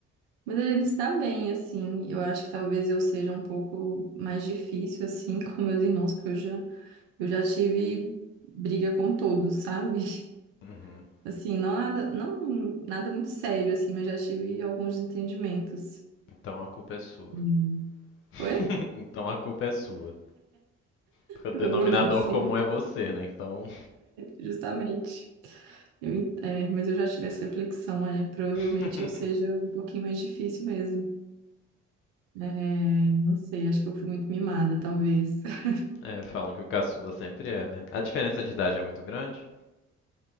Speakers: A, on the right; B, on the left.
A: mas a gente se dá bem, assim. Eu acho que talvez eu seja um pouco mais difícil, assim, <laughs> com meus irmãos, porque eu já Eu já tive briga com todos, sabe? <laughs>
B: uhum.
A: Assim, não nada, não nada muito sério, assim, mas já tive alguns entendimentos.
B: Então a culpa é sua.
A: Hum.
B: <laughs>
A: Oi?
B: Então a culpa é sua. Porque o
A: Provavelmente
B: denominador
A: sim,
B: comum é você, né? Então.
A: justamente. Eu, en- é, mas eu já tive essa reflexão, é, provavelmente
B: <laughs>
A: eu seja um pouquinho mais difícil mesmo. É, não sei, acho que eu fui muito mimada, talvez. <laughs>
B: É, falam que o caçula sempre é, né? A diferença de idade é muito grande.